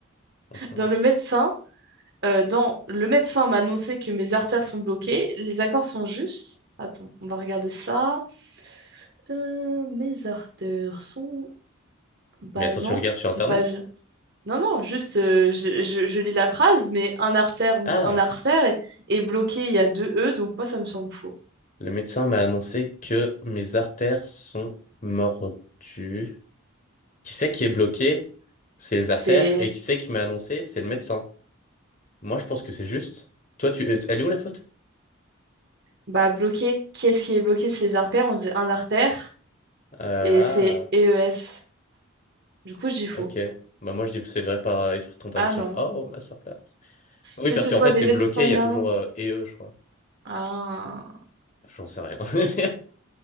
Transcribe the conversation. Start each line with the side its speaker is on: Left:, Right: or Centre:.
Left: <laughs>
Right: Dans le médecin, euh, dans le médecin m'a annoncé que mes artères sont bloquées, les accords sont justes. Attends, on va regarder ça. Euh, mes artères sont... Bah
Left: Mais attends,
Right: non,
Left: tu regardes
Right: ils
Left: sur
Right: sont
Left: Internet?
Right: pas... Non, non, juste, euh, je, je- je lis la phrase, mais un artère, on me
Left: Ah!
Right: dit un artère, et, et bloqué, il y a deux E, donc moi, ça me semble faux.
Left: Le médecin m'a annoncé que mes artères sont mordues. Qui c'est qui est bloqué? C'est les
Right: C'est,
Left: artères. Et qui c'est qui m'a annoncé? C'est le médecin. Moi, je pense que c'est juste. Toi, tu... euh, Elle est où la faute?
Right: bah, bloqué, qui est-ce qui est bloqué c'est les artères? On dit un artère,
Left: Euh,
Right: et c'est
Left: ah,
Right: e e s Du coup, je dis faux.
Left: ok. Bah moi, je dis que c'est vrai par esprit de contradiction.
Right: Ah non.
Left: Oh, ma sœur Oui,
Right: Que
Left: parce
Right: ce
Left: qu'en
Right: soit
Left: fait,
Right: des
Left: c'est
Right: vaisseaux
Left: bloqué,
Right: sanguins.
Left: il y a toujours euh, et eux, je crois.
Right: Ah,
Left: J'en sais rien. <laughs>